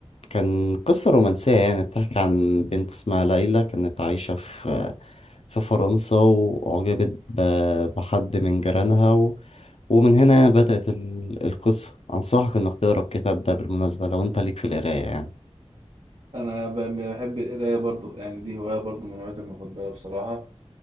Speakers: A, on the left (about 65°); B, on the right (about 60°).
A: كان قصة رومانسية يعني بتحكي عن بنت اسمها ليلى كانت عايشة في في فرنسا وأعجبت ب- بحد من جيرانها و... ومن هنا يعني بدأت ال- القصة أنصحك إنك تقرأ الكتاب ده بالمناسبة لو أنت ليك في القراية يعني
B: انا ب- بحب القرايه برضو يعني دي هوايه برضو من هواياتي المفضله بصراحه